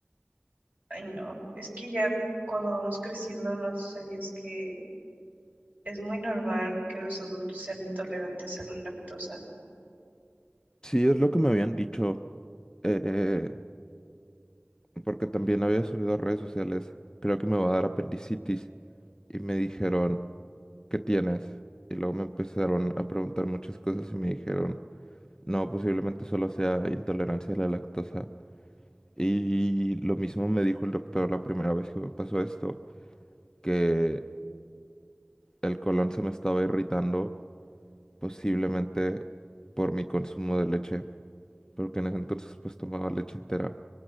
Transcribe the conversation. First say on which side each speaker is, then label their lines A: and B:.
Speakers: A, on the right; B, on the left.
A: Ay, no. Es que ya cuando vamos creciendo, no sé si sabías que es muy normal que los adultos sean intolerantes a la lactosa.
B: Sí, es lo que me habían dicho, eh, porque también había subido a redes sociales. Creo que me va a dar apendicitis. Y me dijeron, ¿qué tienes? Y luego me empezaron a preguntar muchas cosas y me dijeron, no, posiblemente solo sea intolerancia a la lactosa. Y lo mismo me dijo el doctor la primera vez que me pasó esto que El colon se me estaba irritando, posiblemente por mi consumo de leche, porque en ese entonces pues tomaba leche entera.